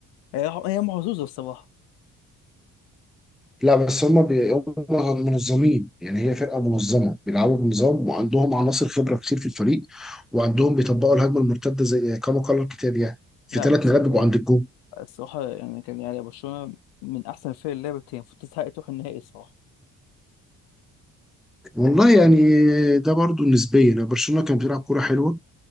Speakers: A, on the left (about 85°); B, in the centre.
A: هي هي محظوظه الصراحه
B: لا بس هم بي... هم منظمين يعني هي فرقه منظمه بيلعبوا بنظام وعندهم عناصر خبره كتير في الفريق وعندهم بيطبقوا الهجمه المرتده زي كما قال الكتاب يعني في
A: لا
B: ثلاث
A: بس
B: نقاط بيبقوا عند الجول
A: الصراحه يعني كان يعني برشلونه من احسن الفرق اللي لعبت هي المفروض تستحق تروح النهائي الصراحه
B: والله يعني ده برضو نسبيا برشلونه كان بيلعب كوره حلوه